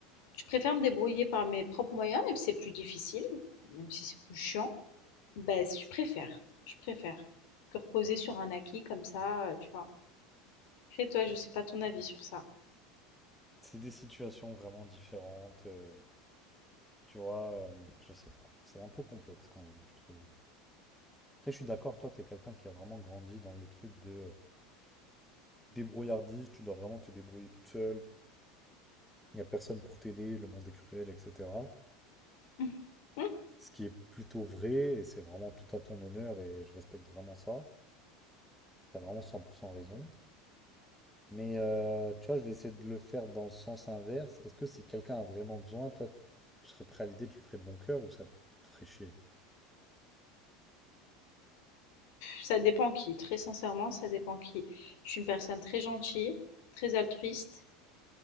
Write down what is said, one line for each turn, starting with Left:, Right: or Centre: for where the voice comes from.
Left: je préfère me débrouiller par mes propres moyens, même si c'est plus difficile, même si c'est plus chiant. Ben, je préfère. Je préfère que reposer sur un acquis comme ça, euh, tu vois. Après, toi, je sais pas ton avis sur ça.
Centre: C'est des situations vraiment différentes. euh, tu vois, euh, je sais pas. C'est un peu complexe quand même, je trouve. Après, je suis d'accord, toi, t'es quelqu'un qui a vraiment grandi dans le truc de euh, débrouillardise, tu dois vraiment te débrouiller toute seule, il n'y a personne pour t'aider, le monde est cruel, etc.
Left: <laughs> Mm.
Centre: Ce qui est plutôt vrai, et c'est vraiment tout à ton honneur, et je respecte vraiment ça. T'as vraiment 100% raison. Mais euh, tu vois, je vais essayer de le faire dans le sens inverse. Est-ce que si quelqu'un a vraiment besoin, toi, tu serais prêt à l'aider, tu le ferais de bon cœur ou ça te ferait chier?
Left: ça dépend qui, très sincèrement, ça dépend qui. Je suis une personne très gentille, très altruiste.